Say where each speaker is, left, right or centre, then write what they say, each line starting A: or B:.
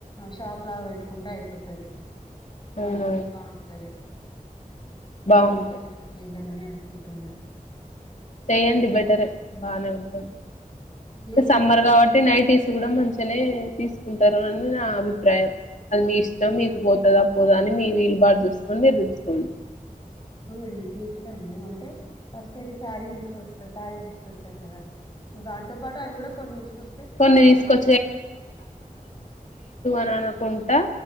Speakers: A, on the left (about 35°); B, on the left (about 60°).
A: షాప్ లాగా పెట్టుకుంటే అయిపోతది
B: అవునవును
A: మంచి బాగుంటది
B: బాగుంటది
A: ఏం అయితర్లే న అంతే మని అనుకుంటున్నా
B: చెయ్యండి బెటరే బానే ఉంటంది
A: ఏం
B: సమ్మర్
A: చేస్తురండి
B: కాబట్టి నైటీస్ కూడా మంచిగానే తీసుకుంటారు అని నా అభిప్రాయం అది మీ ఇష్టం మీకు పోతదా పోదా అని మీ వీలు బాటు చూసుకని మీరీచ్చుకోండి
A: అవునండి చేస్తాము అంటే ఫస్ట్ అయితే శారీ తీసుకొస్తాం శారీ తీసుకొస్తాం కదా దాంతో పాటు అవి కూడా కొన్ని తీసుకొస్తే
B: కొన్ని తీసుకొచ్చి నానా కుంట